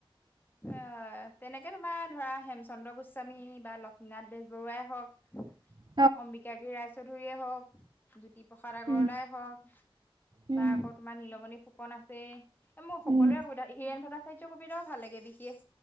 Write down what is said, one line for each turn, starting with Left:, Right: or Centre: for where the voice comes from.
Left: এ, তেনেকে তোমাৰ ধৰা হেমচন্দ্ৰ গোস্বামী বা লক্ষ্মীনাথ বেজবৰুৱাই হওক
Right: <inaudible>
Left: অম্বিকাগিৰি ৰাইচৌধুৰীয়ে হওক জ্যোতিপ্ৰসাদ আগৰৱালাই
Right: উম
Left: হওক
Right: উম
Left: বা আকৌ তোমাৰ নীলমণি ফুকন আছে। এ, মোৰ সকলোৰে
Right: উম
Left: কবিতা, হীৰেণ ভট্টাচাৰ্যৰ কবিতাও ভাল লাগে বিশেষ